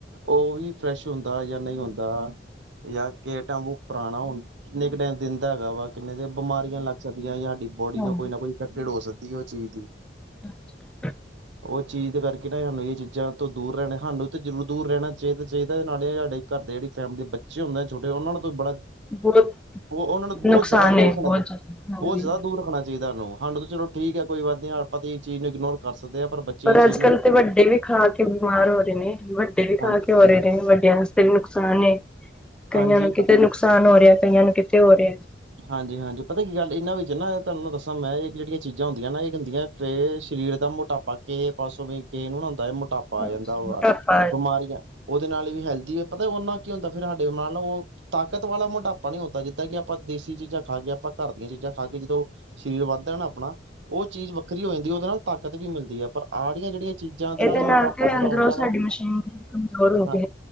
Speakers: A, on the right; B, in the centre.
A: ਉਹ ਵੀ ਫਰੈਸ਼ ਹੁੰਦਾ ਜਾਂ ਨਹੀਂ ਹੁੰਦਾ ਜਾਂ ਕਿਸੇ ਪੁਰਾਣਾ ਹੁਣ ਕਿੰਨੇ ਕੁ ਟਾਈਮ ਦਿੰਦਾ ਹੈਗਾ ਵਾ ਕਿੰਨੇ ਬਿਮਾਰੀਆਂ ਲੱਗ ਸਕਦੀਆਂ ਸਾਡੀ ਬੋਡੀ
B: ਹਾਂ।
A: ਨੂੰ ਕੋਈ ਨਾ ਕੋਈ ਹੋ ਸਕਦੀ ਉਹ ਚੀਜ਼ ਦੀ
B: <unintelligible>
A: ਉਹ ਚੀਜ਼ ਕਰਕੇ ਨਾ ਸਾਨੂੰ ਇਹ ਚੀਜ਼ਾਂ ਤੋਂ ਦੂਰ ਰਹਿਣਾ ਸਾਨੂੰ ਤੇ ਜ਼ਰੂਰ ਦੂਰ ਰਹਿਣਾ ਚਾਹੀਦਾ ਚਾਹੀਦਾ ਨਾਲੇ ਸਾਡੇ ਘਰ ਦੇ ਜਿਹੜੀ ਫੈਮਲੀ ਦੇ ਬੱਚੇ ਹੁੰਦੇ ਨੇ ਉਹਨਾਂ ਨੂੰ ਬੜਾ
B: ਬਹੁਤ
A: ਉਹ ਉਹਨਾਂ ਨੂੰ
B: ਨੁਕਸਾਨ
A: ਬਹੁਤ ਜ਼ਿਆਦਾ ਦੂਰ
B: ਹੈ
A: ਰੱਖਣਾ
B: ਬਹੁਤ
A: ਚਾਹੀਦਾ
B: ਜ਼ਿਆਦਾ ਹਾਂਜੀ।
A: ਬਹੁਤ ਜ਼ਿਆਦਾ ਦੂਰ ਰੱਖਣਾ ਚਾਹੀਦਾ ਉਹਨੂੰ ਸਾਨੂੰ ਤਾਂ ਚੱਲੋ ਠੀਕ ਹੈ। ਕੋਈ ਗੱਲ ਨਹੀਂ ਆਪਾਂ ਇਹ ਚੀਜ਼ ਨੂੰ ਇਗਨੋਰ ਕਰ ਸਕਦੇ ਹਾਂ ਪਰ ਬੱਚੇ
B: ਪਰ
A: ਇਹ ਚੀਜ਼
B: ਅੱਜ
A: ਨੂੰ
B: ਕੱਲ੍ਹ ਤੇ ਵੱਡੇ ਵੀ ਖਾ ਕੇ ਬਿਮਾਰ ਹੋ ਰਹੇ ਨੇ ਵੱਡੇ ਵੀ ਖਾ
A: ਹਾਂ
B: ਕੇ ਹੋ ਰਹੇ ਰਹੇ ਵੱਡਿਆਂ ਵਾਸਤੇ ਵੀ ਨੁਕਸਾਨ ਏ ਕਈਆਂ
A: ਹਾਂਜੀ
B: ਨੂੰ ਕਿਤੇ ਨੁਕਸਾਨ। ਨੁਕਸਾਨ ਹੋ ਰਿਹਾ ਕਈਆਂ ਨੂੰ ਕਿੱਥੇ ਹੋ ਰਿਹਾ।
A: ਹਾਂਜੀ ਹਾਂਜੀ ਪਤਾ ਕੀ ਗੱਲ ਇਹਨਾਂ ਵਿੱਚ ਨਾ ਤੁਹਾਨੂੰ ਦੱਸਾਂ ਮੈਂ ਇਹ ਜਿਹੜੀਆਂ ਚੀਜ਼ਾਂ ਹੁੰਦੀਆਂ ਨਾ ਇਹ ਹੁੰਦੀਆਂ ਹੈ। ਫ ਸਰੀਰ ਦਾ ਮੋਟਾਪਾ ਕਿਸੇ ਪਾਸੋਂ ਵੀ ਕਿਸੇ ਨੂੰ ਨਾ ਹੁੰਦਾ ਮੋਟਾਪਾ। ਪਾ
B: ਹਾਂਜੀ।
A: ਜਾਂਦਾ ਵਾ
B: ਮੋਟਾਪਾ
A: ਬਿਮਾਰੀਆਂ ਉਹਦੇ ਨਾਲ ਵੀ ਹੈਲਦੀ ਹੈ ਪਤਾ ਉਹਨਾ ਕੀ ਹੁੰਦਾ ਫਿਰ ਸਾਡੇ ਨਾਲ ਉਹ ਤਾਕਤ ਵਾਲਾ ਮੋਟਾਪਾ ਨੀ ਹੁੰਦਾ ਜਿੱਦਾਂ ਕਿ ਆ। ਆਪਾਂ ਦੇਸੀ ਚੀਜ਼ਾਂ ਖਾ ਕੇ ਆਪਾਂ ਘਰ ਦੀਆਂ ਚੀਜ਼ਾਂ ਖਾਏ ਜਦੋਂ ਸਰੀਰ ਵੱਧਦਾ ਨਾ। ਆਪਣਾ ਉਹ ਚੀਜ਼ ਵੱਖਰੀ ਹੋ ਜਾਂਦੀ ਉਹਦੇ ਨਾਲ ਤਾਕਤ ਵੀ ਮਿਲਦੀ ਹੈ ਪਰ ਆੜੀਆਂ ਜਿਹੜੀਆਂ। ਚੀਜ਼ਾਂ ਦੇ
B: ਇਹਦੇ
A: ਨਾਲ ਮੋਟਾਪਾ
B: ਤੇ
A: ਜਿਹੜਾ
B: ਅੰਦਰੋਂ
A: ਹੁੰਦਾ ਨਾ
B: ਸਾਡੀ ਮਸ਼ੀਨਰੀ ਵੀ ਕਮਜ਼ੋਰ ਹੋ
A: ਹਾਂ।
B: ਗਈ।